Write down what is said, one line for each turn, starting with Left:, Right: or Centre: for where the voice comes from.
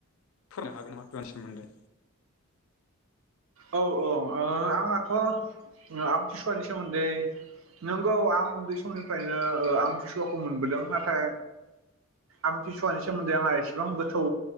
Left: फोरमायनो हागोन नामा दान सोमोन्दै
Right: औ औ आंहाथ' आमथिसुवानि सोमोन्दै नोंगौ आं उन्दै समनिफ्रायनो आमथिसुवाखौ मोनबोदों नाथाय आमथिसुवानि सोमोन्दै आंहा एसेबां ओ गोथौ